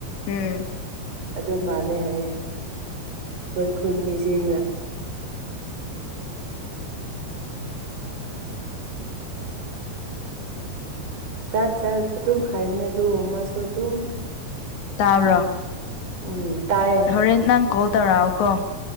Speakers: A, on the left (about 80°); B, on the right (about 45°).
A: ꯎꯝ
B: ꯑꯗꯨ ꯃꯥꯜꯂꯦ ꯍꯥꯏꯌꯦꯦ ꯍꯣꯏ ꯈꯨꯟ ꯃꯤꯁꯤꯅ ꯆꯠ ꯆꯠ ꯑꯗꯨꯝ ꯍꯥꯏꯕꯅꯦ ꯑꯗꯨ ꯃꯥꯁꯨ ꯑꯗꯨꯝ
A: ꯇꯥꯕ꯭ꯔꯣꯝ
B: ꯎꯝ ꯇꯥꯏꯌꯦ
A: ꯍꯣꯔꯦꯟ ꯅꯪ ꯀꯣꯜ ꯇꯧꯔꯛꯑꯣ ꯀꯣ